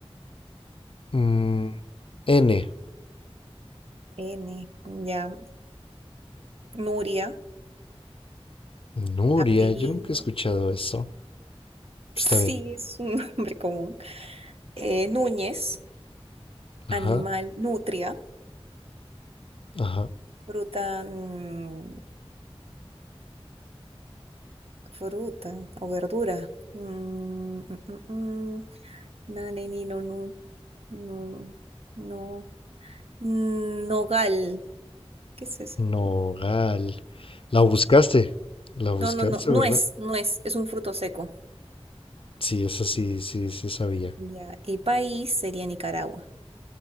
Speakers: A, on the left; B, on the right.
A: mm, N.
B: N, ya. Nuria,
A: Nuria,
B: apellido,
A: yo nunca he escuchado eso.
B: sí
A: Está bien.
B: es un <laughs> nombre común. Eh, Núñez,
A: Ajá,
B: animal, nutria,
A: ajá.
B: fruta, mm, fruta o verdura. Mm, mm, mm, mm, nane, ni, no, nu, no, no, Mm, nogal, ¿qué es eso?
A: Nogal. La buscaste. La buscaste,
B: No, no, no, nuez,
A: ¿verdad?
B: nuez, es un fruto seco.
A: Sí, esa sí, sí, sí sabía.
B: Ya, y país sería Nicaragua.